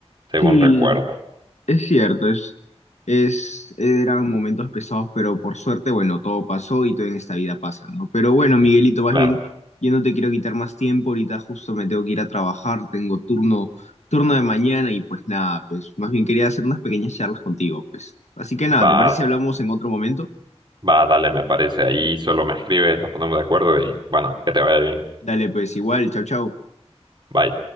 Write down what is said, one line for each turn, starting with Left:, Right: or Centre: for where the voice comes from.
Right: según
Left: Sí,
Right: recuerdo.
Left: es cierto, es, es, eran momentos pesados, pero por suerte, bueno, todo pasó y todo en esta vida pasa, ¿no? Pero bueno,
Right: Sí,
Left: Miguelito, más
Right: claro.
Left: bien, yo no te quiero quitar más tiempo, ahorita justo me tengo que ir a trabajar, tengo turno, turno de mañana y pues nada, pues más bien quería hacer unas pequeñas charlas contigo, pues. Así que nada,
Right: Va,
Left: ¿te parece si hablamos en otro momento?
Right: va, dale, me parece. Ahí solo me escribes, nos ponemos de acuerdo y bueno, que te vaya bien.
Left: Dale, pues igual, chau, chau.
Right: Bye.